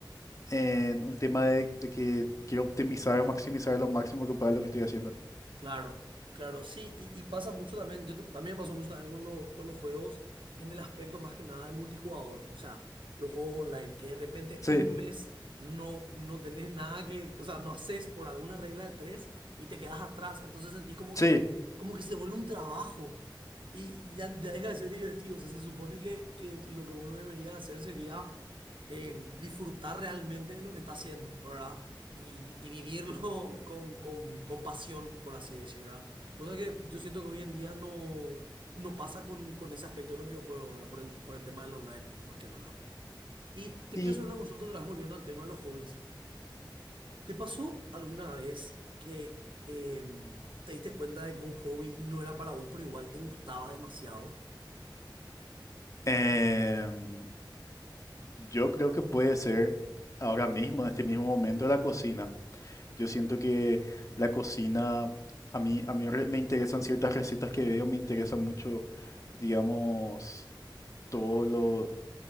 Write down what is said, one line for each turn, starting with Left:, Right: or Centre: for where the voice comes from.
Left: eh, un tema de, de que quiero optimizar o maximizar lo máximo que pueda lo que estoy haciendo.
Right: Claro, claro, sí, y, y pasa mucho también, yo, t- también me pasó mucho también con los, con los juegos en el aspecto más que nada de multijugador, o sea, los juegos online, que de repente
Left: Sí,
Right: un mes no, no tenés nada que, o sea, no haces por alguna regla de tres y te quedas atrás, entonces sentís como que,
Left: sí.
Right: como que se te vuelve un trabajo y ya ya deja de ser divertido, o sea, se supone que, que lo que uno debería hacer sería eh, disfrutar realmente de lo que está haciendo, ¿verdad? y, vi- y vivirlo <laughs> con, con, con pasión, por así decirlo ¿verdad? Cosa que yo siento que hoy en día no, no pasa con, con ese aspecto de los videojuegos, ¿verdad? Por el, por el tema del online, más que nada. Y te
Left: Y
Right: quiero hacer una consulta otra vez volviendo al tema de los hobbies. ¿Te pasó alguna vez que em, te diste cuenta de que un hobby no era para vos, pero igual te gustaba demasiado?
Left: em, yo creo que puede ser ahora mismo, en este mismo momento, la cocina.
Right: Ok.
Left: Yo siento que la cocina, a mí, a mí re- me interesan ciertas recetas que veo, me interesa mucho, digamos, todo lo,